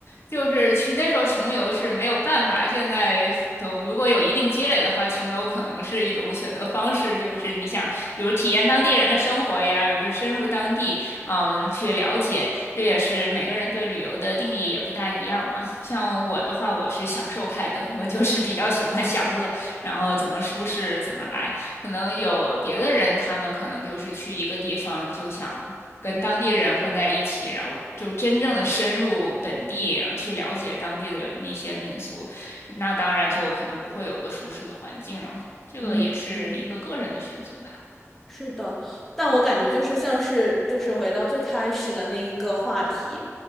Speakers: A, on the left; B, in the centre.
A: 就是穷，那时候穷游是没有办法。现在总如果有一定积累的话，穷游可能是一种选择方式，就是你想，比如体验当地人的生活呀，有就深入当地，嗯，去了解。这也是每个人对旅游的定义也不大一样嘛。像我的话，我是享受派的，我就是比较喜欢享乐，然后怎么舒适怎么来。可能有别的人，他们可能就是去一个地方就想。跟当地人混在一起，然后就真正的深入本地，然后去了解当地的那些民俗，那当然就肯定不会有一个舒适的环境了。这个也是一个个人的选择吧。
B: 嗯嗯，是的，但我感觉就是像是就是回到最开始的那一个话题，